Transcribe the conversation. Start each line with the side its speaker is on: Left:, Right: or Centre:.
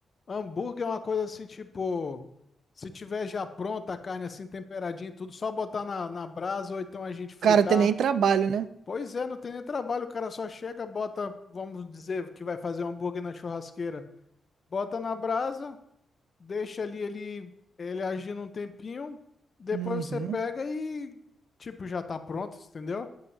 Left: hambúrguer é uma coisa assim, tipo, se tiver já pronta a carne assim temperadinha e tudo, só botar na, na brasa ou então a gente fritar.
Right: cara tem nem trabalho, né?
Left: Pois é, não tem nem trabalho, o cara só chega, bota, vamos dizer que vai fazer um hambúrguer na churrasqueira. Bota na brasa, deixa ali ele, ele agindo um tempinho, depois
Right: Uhum.
Left: você pega e, tipo, já tá pronto, entendeu?